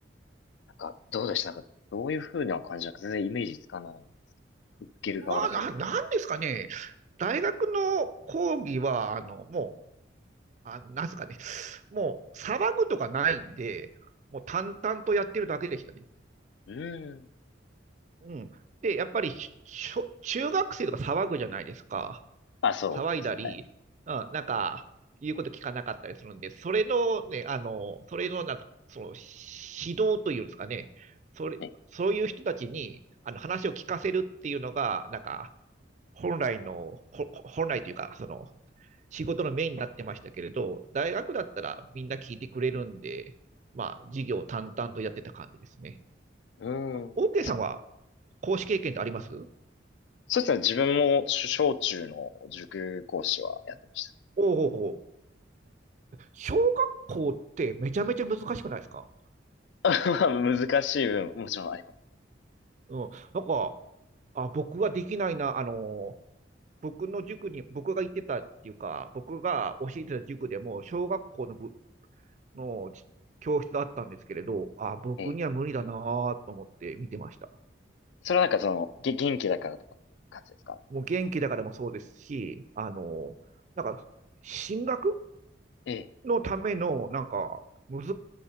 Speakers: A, on the left; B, on the right.
A: なんか、どうでしたなんか、どういうふうな感じなのか全然イメージつかないんですけど。受ける側だけど。
B: まあ、な、なんですかね。大学の講義は、あの、もう、あの、なんすかね。もう、騒ぐとかないんで、もう淡々とやってるだけでしたね。
A: うーん。
B: うん。で、やっぱり、しょ中学生とか騒ぐじゃないですか。
A: あ、そうですね。
B: 騒いだり、うん、
A: え、
B: なんか、言うこと聞かなかったりするんで、それのね、あの、それのな、その、指導というんですかね。それ、
A: え、
B: そういう人たちに、あの、話を聞かせるっていうのが、なんか、本来の、ほ本来というか、その、仕事のメインになってましたけれど、大学だったらみんな聞いてくれるんで、まあ、授業を淡々とやってた感じですね。
A: うーん。
B: オーケーさんは、
A: そ、
B: 講師経験ってありますおう
A: そうですね。自分も小中の塾講師はやってました。
B: おうおう小学校ってめちゃめちゃ難しくないですか
A: <laughs> まあ難しい分、もちろんあります。
B: うん。なんか、あ、僕はできないな、あの、僕の塾に、僕が行ってたっていうか、僕が教えてた塾でも、小学校の部のち教室だったんですけれど、あ、僕には無理だなと思って見てました。
A: ええ。それはなんかその、げ、元気だからとかっていう感じですか
B: もう元気だからもそうですし、あの、なんか、進学
A: ええ。
B: のための、なんか、むず、